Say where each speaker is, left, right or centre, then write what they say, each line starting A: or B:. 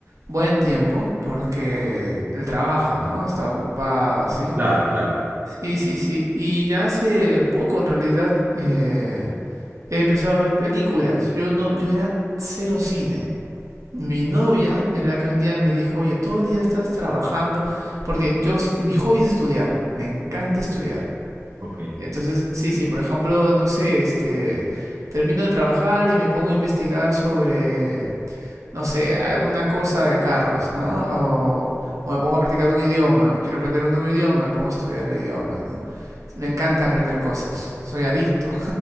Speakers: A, on the right (about 75°); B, on the right (about 40°).
A: buen tiempo, porque el trabajo, ¿no? Estaba ocupado, así.
B: Claro, claro.
A: Sí, sí, sí. Y ya hace poco en realidad eh, he empezado a ver películas. Yo no, yo era cero cine. Mi novia es la que un día me dijo, oye, todo el día estás trabajando, porque yo, s- mi hobby es estudiar, me encanta estudiar.
B: Ok.
A: Y entonces, sí, sí, por ejemplo, no sé, este, termino de trabajar y me pongo a investigar sobre no sé, alguna cosa de carros, ¿no? O, o me pongo a practicar un idioma, quiero aprender un nuevo idioma, me pongo a estudiar el idioma, ¿no? Me encanta aprender cosas, soy adicto.